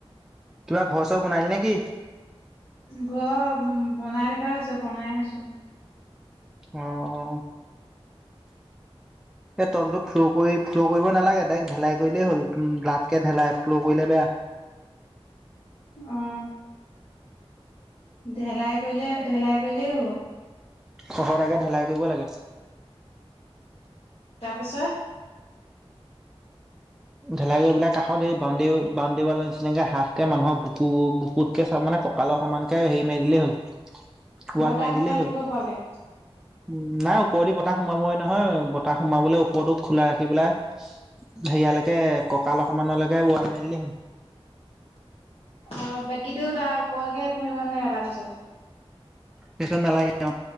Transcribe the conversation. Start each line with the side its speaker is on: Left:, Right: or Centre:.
Centre: কিবা ঘৰ-চৰ বনালি নেকি?
Left: ঘৰ বনাই থকা হৈছে। বনাই আছোঁ।
Centre: অঁ অঁ। এই তলটো ফ্ল' কৰি ফ্ল' কৰিব নালাগে। ডাৰেক্ট ঢেলাই কৰিলেই হ'ল। উম, ডাঠকে ঢেলাই, ফ্ল' কৰিলে বেয়া।
Left: অঁ, ঢেলাই কৰিলে, ঢেলাই কৰিলেই হ'ব?
Centre: খহতাকে ঢেলাই কৰিব লাগে।
Left: তাৰপিছত?
Centre: ঢেলাই কৰি পেলাই কাষত হেই বাউণ্ডেৰী ও বাউণ্ডেৰী ওৱালৰ নিচিনাকে হাফকে মানুহক বুকু বুকুতকে চব মানে ক্‌ ককালৰ সমানকে হেৰি মাৰি দিলেই হ'ল ওৱাল
Left: বতাহ
Centre: মাৰি
Left: সোমাই
Centre: দিলেই
Left: থাকিব
Centre: হ'ল।
Left: পৰাকে
Centre: উম, নাই ওপৰেদি বতাহ সোমাবই নহয়। বতাহ সোমাবলে ওপৰটোত খোলা ৰাখি পেলাই হেইয়ালেকে, ককাল সমানলেকে ওৱাল মাৰি দিলেই হ'ল।
Left: অ'! বাকীতো, তাৰ ওপৰলৈকে একো কৰিব নালাগে তাৰপিছত?
Centre: পিছত নালাগে। অ'!